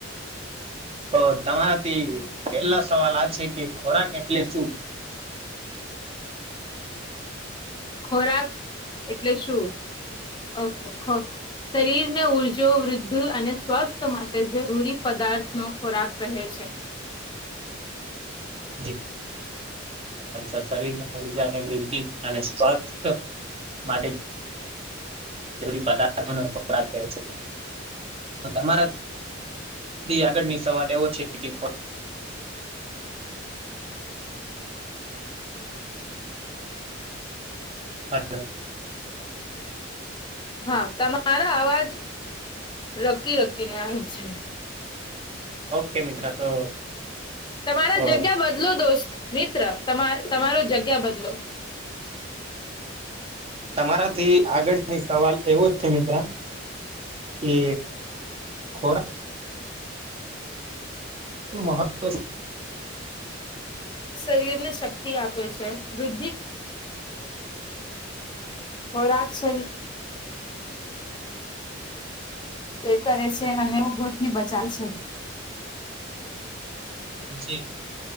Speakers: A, on the right; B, on the left.
A: તો તમારાથી પહેલા સવાલ આ છે કે ખોરાક એટલે શું
B: ખોરાક એટલે શું ઓકે શરીર ને ઉર્જા વૃદ્ધિ અને સ્વાસ્થ્ય માટે જરૂરી પદાર્થ નો ખોરાક કહે છે
A: જી શરીર ઉર્જાને વૃદ્ધિ અને સ્વાસ્થ્ય માટે જરૂરી પદાર્થોને ખોરાક કહે છે તમારા આગળનો સવાલ એવો છે કે હલો
B: હા તમારો અવાજ રોકી રોકીને આવી છે
A: ઓકે મિત્ર તો
B: તમારા
A: અ
B: જગ્યા બદલો દોસ્ત મિત્ર તમારો જગ્યા બદલો
A: તમારાથી આગળની સવાલ એવો છે મિત્ર એ ખોરા મહત્વ સમ
B: શરીર ને શક્તિ આપે છે વૃદ્ધિ હો રાટ સરી એ કરે છે અને રોગો થી બચાવે છેં
A: જી